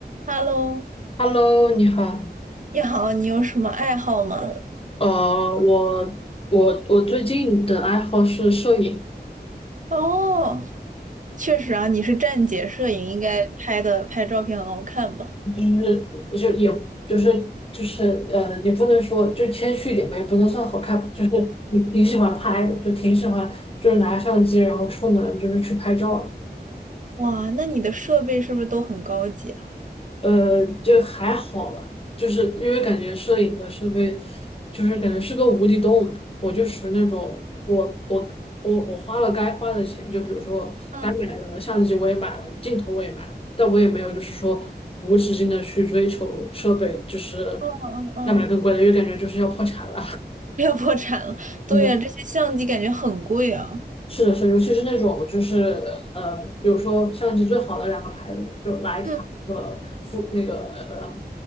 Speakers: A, on the right; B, on the left.
A: Hello，
B: Hello，你好。
A: 你好，你有什么爱好吗？
B: 呃，我我我最近的爱好是摄影，
A: 哦，确实啊，你是站姐摄影，应该拍的拍照片很好看吧？
B: 就是就是也就是就是呃，也不能说就谦虚一点吧，也不能算好看吧就是你挺喜欢拍的，就挺喜欢就是拿相机然后出门就是去拍照的。
A: 哇，那你的设备是不是都很高级啊？
B: 呃，就还好吧，就是因为感觉摄影的设备，就是感觉是个无底洞。我就属于那种，我我我我花了该花的钱，就比如说该买的相机我也买了，
A: 嗯
B: 镜头我也买了，但我也没有就是说无止境的去追求设备，就是
A: 嗯嗯嗯，
B: 再买更贵的，因为感觉就是要破产了。
A: <laughs> 不要破产了。对呀，
B: <laughs>
A: 这些相机感觉很贵啊。
B: 是的是的，尤其是那种就是呃，比如说相机最好的两个牌子吧，就是徕卡和富那个呃
A: 嗯，